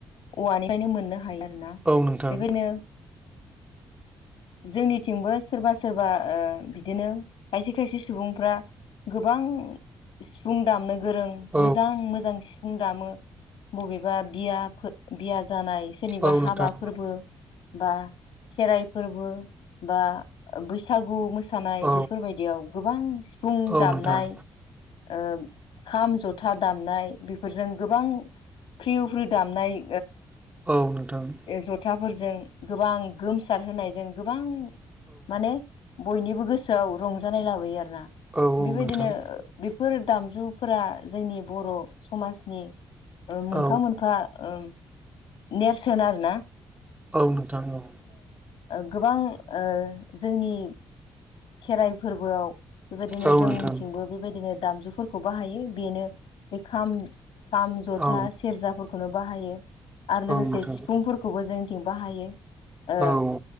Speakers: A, on the left; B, on the right.
A: औवानिफ्रायनो मोननो हायो आरो ना
B: औ नोंथां
A: बेबायदिनो जोंनिथिंबो सोरबा सोरबा बिदिनो खायसे खायसे सुबुंफ्रा गोबां सिफुं दामनो गोरों
B: औ
A: मोजां मोजां सिु सिफुं दामो बबेबा बिया बिया जानाय सोरनिबा
B: औ
A: हाबा
B: नोंथां
A: फोरबो बा खेराइ फोरबो बा बैसागु मोसानाय
B: औ नोंथां औ
A: बेफोरबायदियाव गोबां सि सिफुं
B: औ
A: दामनाय
B: नोंथां
A: ओं खाम जथा दामनाय बेफोरजों गोबां फ्रिउ फ्रिउ दामनाय
B: औ नोंथां।
A: जथाफोरजों गोबां गोमसारहोनायजों गोबां माने बयनिबो गोसोआव रंजानाय लाबोयो आरोना
B: औ
A: बेबायदिनो
B: नोंथां
A: बेफोर दामजुफोरा जोंनि बर' समाजनि ओ मोनफा
B: औ
A: मोनफा ओम नेरसोन आरो ना।
B: औ नोंथां औ।
A: ओ गोबां ओ जोंनि खेराइ फोरबोआव बेबायदिनो
B: औ
A: जोंथिंबो
B: नोंथां
A: बेबायदिनो दामजुफोर खौ बाहायो बेनो बे खाम खाम जथा
B: औ
A: सेरजाफोरखौनो बाहायो। आरो लोगोसे
B: औ नोंथां
A: सिफुंफोरखौबो जोंथिं बाहायो। ओ
B: औ।